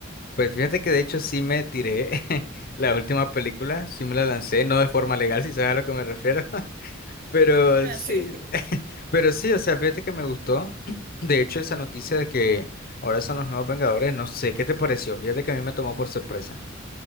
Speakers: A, on the left; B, on the right.
A: Pues fíjate que de hecho sí me tiré <laughs> la última película, sí me la lancé, no de forma legal, si sabes a lo que me refiero. Pero
B: <laughs>
A: sí,
B: Ah, sí.
A: <laughs> pero sí, o sea, fíjate que me gustó. <clears throat> De hecho, esa noticia de que ahora son los nuevos Vengadores, no sé qué te pareció. Fíjate que a mí me tomó por sorpresa.